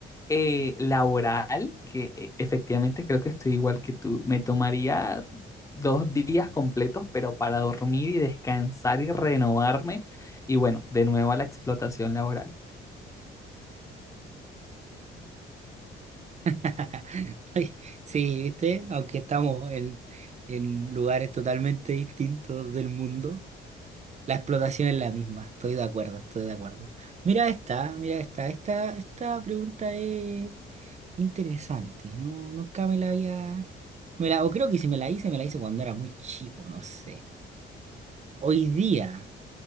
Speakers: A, on the left; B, on the right.
A: eh, laboral, que eh, efectivamente creo que estoy igual que tú. Me tomaría dos días completos, pero para dormir y descansar y renovarme. Y bueno, de nuevo a la explotación laboral.
B: <laughs> Ay, Sí, viste, aunque estamos en, en lugares totalmente distintos del mundo, la explotación es la misma. Estoy de acuerdo, estoy de acuerdo. Mira esta, mira esta, esta, esta pregunta es interesante. No, nunca me la había, me la, o creo que si me la hice, me la hice cuando era muy chico, no sé. Hoy día,